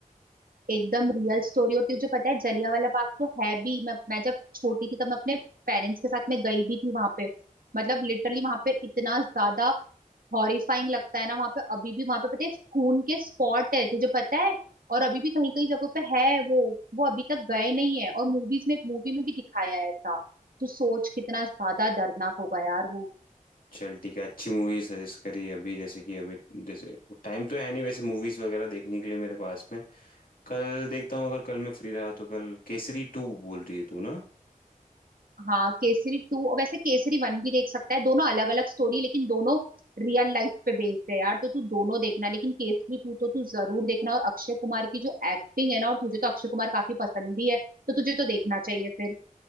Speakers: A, on the right (about 85°); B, on the left (about 80°).
A: एकदम रियल स्टोरी और तुझे पता है जलियांवाला बाग तो है भी मैं मैं जब छोटी थी तब मैं अपने पेरेंट्स के साथ मैं गई भी थी वहां पे मतलब लिटरली वहां पे इतना ज्यादा हॉरिफाइंग लगता है ना वहां पे अभी भी वहां पे पता है खून के स्पॉट है तुझे पता है और अभी भी कहीं कहीं जगहों पे है वो वो अभी तक गए नहीं है और मूवीज में मूवी में भी दिखाया है ऐसा तो सोच कितना ज्यादा दर्दनाक होगा यार वो
B: चल ठीक है अच्छी मूवी सजेस्ट करी अभी जैसे कि अभी जैसे टाइम तो है नहीं वैसे मूवीज वगैरह देखने के लिए मेरे पास में कल देखता हूँ अगर कल मैं फ्री रहा तो कल केसरी टू बोल रही है तू ना
A: हाँ केसरी टू और वैसे केसरी वन भी देख सकता है दोनों अलग अलग स्टोरी लेकिन दोनों रियल लाइफ पे बेस्ड है यार तो तू दोनों देखना लेकिन केसरी टू तो तू जरूर देखना और अक्षय कुमार की जो एक्टिंग है ना और तुझे तो अक्षय कुमार काफी पसंद भी है तो तुझे तो देखना चाहिए फिर